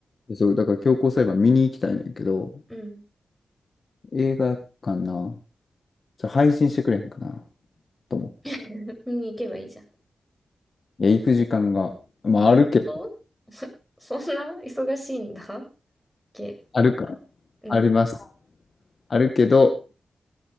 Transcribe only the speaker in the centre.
うん。
<laughs> 見に行けばいいじゃん。
あ本当そ、<laughs> そんな忙しいんだっけ
うん。